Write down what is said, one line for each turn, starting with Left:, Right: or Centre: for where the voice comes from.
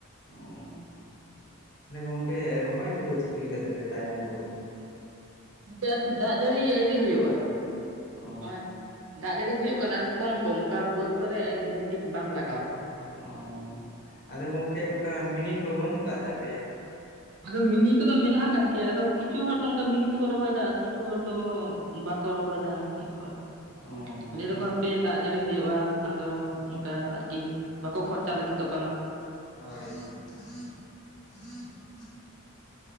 Left: ᱚᱻ ᱛᱟᱦᱚᱞᱮ ᱜᱚᱝᱠᱮ ᱨᱚᱦᱚᱭ ᱠᱚᱫᱚ ᱪᱤᱠᱟᱹ ᱞᱮᱠᱟᱛᱮ ᱯᱮ ᱛᱟᱭᱚᱢ ᱜᱚᱫ ᱮᱱᱟ?
Right: ᱱᱚᱛᱮ ᱟᱨᱠᱤ ᱫᱟᱜ ᱡᱟᱹᱲᱤ ᱟᱹᱣᱨᱤ ᱦᱩᱭᱩᱜᱼᱟ᱾
Left: ᱚ
Right: ᱱᱚᱜᱼᱚᱭ ᱫᱟᱜ ᱡᱟᱹᱲᱤ ᱦᱩᱭᱩᱜ ᱠᱟᱱᱟ ᱟᱨᱠᱤ ᱠᱚᱢ ᱠᱚᱢ ᱚᱝᱠᱟ ᱵᱟᱹᱫᱽ ᱠᱚᱨᱮ ᱵᱷᱟᱜᱤ ᱴᱷᱤᱠ ᱵᱟᱝ ᱞᱟᱜᱟᱣ ᱠᱟᱱᱟ᱾
Left: ᱚ ᱟᱫᱚ ᱜᱚᱢᱠᱮ ᱚᱱᱠᱟ ᱢᱤᱱᱤ ᱠᱚ ᱵᱟᱹᱱᱩᱜ ᱠᱟᱜ ᱛᱟᱯᱮᱭᱟ᱾
Right: ᱟᱫᱚ ᱢᱤᱱᱤ ᱠᱚᱫᱚ ᱢᱮᱱᱟᱜ ᱠᱟᱫ ᱜᱮᱭᱟ, ᱟᱫᱚ ᱠᱤᱪᱷᱩ ᱦᱚᱲ ᱫᱚ ᱚᱜᱠᱟ ᱢᱤᱱᱤ ᱛᱮᱠᱚ ᱨᱚᱦᱚᱭᱮᱫᱟ ᱟᱨ ᱠᱤᱪᱷᱩ ᱦᱚᱲ ᱫᱚ ᱵᱟᱠᱚ ᱨᱚᱦᱚᱭ ᱫᱟ ᱟᱨᱠᱤ ᱚᱝᱠᱟ
Left: ᱚ
Right: ᱞᱟᱹᱭ ᱫᱟᱠᱚ
Left: ᱦᱳᱭ
Right: ᱦᱟᱯᱮ ᱫᱟᱜ ᱡᱟᱹᱲᱤ ᱦᱩᱭᱩᱜᱼᱟ᱾ ᱟᱫᱚ
Left: ᱚ
Right: ᱚᱝᱠᱟ ᱟᱨᱠᱤ ᱵᱟᱠᱚ ᱠᱷᱚᱨᱪᱟ ᱞᱟᱹᱜᱤᱛᱚᱜ ᱠᱟᱱᱟ᱾
Left: ᱦᱚᱭ ᱛᱚ᱾